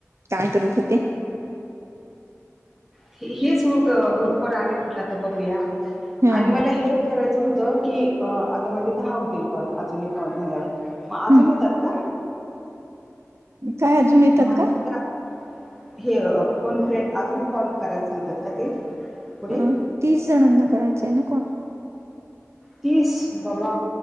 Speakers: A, on the right; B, in the centre.
A: काय करत होते?
B: हे हेचं मग अ गृपवर आले म्हटलं आता बघूया
A: हं
B: आणि मला
A: हं
B: हे विचारायचं होत की आता माझे दहा होतील कॉल अजून एक कॉल झाल्यावर म अजून
A: हं
B: येतात का?
A: काय अजून
B: <unintelligible>
A: येतात का?
B: हे फोन फ्रेंड अजून कॉल करायला सांगतात का ते? पुढे
A: अ तीस जणांना करायच आहे ना कॉल.
B: तीस! बाबा.